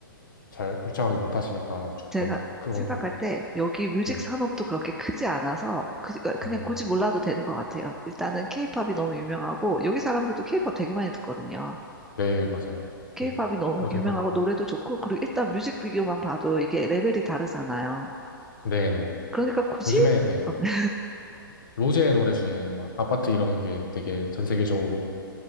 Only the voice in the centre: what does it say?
제가
생각할
때 여기 뮤직
산업도 그렇게 크지 않아서 그, 어, 그냥
굳이 몰라도 되는 것 같아요. 일단은 케이팝이 너무 유명하고 여기 사람들도 케이팝 되게 많이 듣거든요.
케이팝이
너무
유명하고
노래도 좋고 그리고 일단 뮤직비디오만 봐도 이게 레벨이 다르잖아요.
그러니까 굳이
어, 네,